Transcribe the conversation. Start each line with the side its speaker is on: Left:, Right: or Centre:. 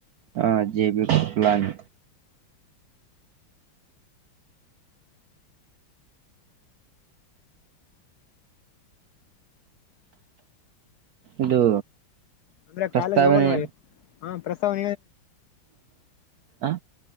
Right: ಹಾ ಜೆಬಿ ಕಪ್ಲಾನ್ ಇದು
Left: ಅಂದ್ರೆ
Right: ಪ್ರಸ್ತಾವನೆ
Left: ಕಾಲೇಜ್ ಹೋಗಲ್ವಾ ಹಾ ಪ್ರಸ್ತಾವ
Right: ಆ